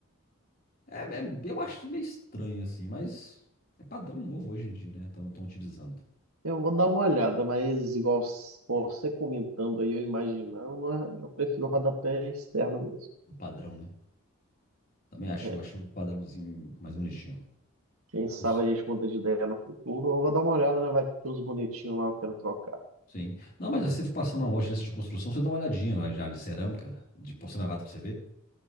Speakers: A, on the left; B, on the right.
A: É, é- eu acho meio estranho assim, mas é padrão novo hoje em dia, né? Estão utilizando
B: Eu vou dar uma olhada, mas igual s- você comentando aí, eu imaginando, mas eu prefiro o rodapé externo mesmo.
A: o padrão, né? Também acho,
B: É,
A: acho o padrãozinho mais bonitinho.
B: quem sabe
A: Não sei.
B: a gente muda de ideia no futuro. Eu vou dar uma olhada, né? Vai ter uns bonitinhos lá, eu quero trocar.
A: Sim. Não, mas se você for passar numa loja dessa de construção, você dá uma olhadinha lá já de cerâmica, de porcelanato pra você ver.